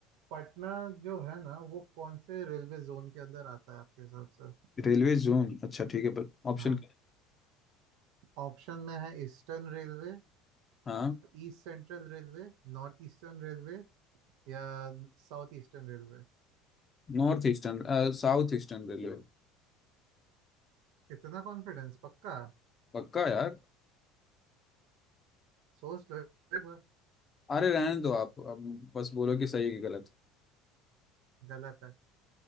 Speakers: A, on the right; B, on the left.
A: पटना जो है ना वो कौन से रेलवे जोन के अंदर आता है आपके हिसाब से
B: रेलवे जोन अच्छा ठीक है पर ऑप्शन
A: हाँ
B: क्या है?
A: ऑप्शन में है eastern railway
B: हाँ
A: east central railway north eastern railway या साउथ ईस्टर्न रेलवे
B: North eastern south eastern railway
A: इतना कॉन्फिडेंस पक्का
B: पक्का यार
A: सोच लो एक बार
B: अरे रहने दो आप अब बस बोलो कि सही है कि गलत
A: गलत है